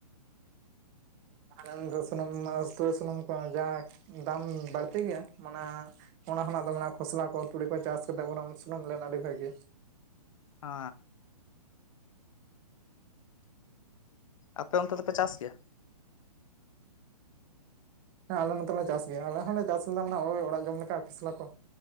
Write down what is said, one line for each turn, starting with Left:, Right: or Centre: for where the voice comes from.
Right: ᱦᱮ ᱥᱩᱱᱩᱢ ᱩᱛᱩ ᱥᱩᱱᱩᱢ ᱠᱚ ᱡᱟ ᱫᱟᱢ ᱵᱟᱹᱲᱛᱤ ᱜᱮᱭᱟ ᱢᱟᱱ ᱚᱱᱟ ᱦᱚᱸ ᱟᱫᱚ ᱠᱷᱚᱥᱞᱟ ᱠᱚ ᱛᱩᱲᱤ ᱠᱚ ᱪᱟᱥ ᱠᱟᱛᱮᱫ ᱵᱚᱨᱚᱝ ᱥᱩᱱᱩᱢ ᱞᱮᱱ ᱟᱹᱰᱤ ᱵᱷᱟᱹᱜᱤᱭᱟ
Left: ᱚ ᱟᱯᱮ ᱚᱱᱛᱮ ᱫᱚᱯᱮ ᱪᱟᱥ ᱜᱮᱭᱟ
Right: ᱦᱮᱸ ᱟᱞᱮ ᱱᱚᱛᱮ ᱞᱮ ᱪᱟᱥ ᱜᱮᱭᱟ ᱟᱞᱮ ᱦᱚᱸᱞᱮ ᱪᱟᱥᱞᱟ ᱢᱟᱱᱮ ᱳ ᱚᱲᱟᱜ ᱡᱚᱢ ᱞᱮᱠᱟ ᱠᱷᱚᱥᱞᱟ ᱠᱚ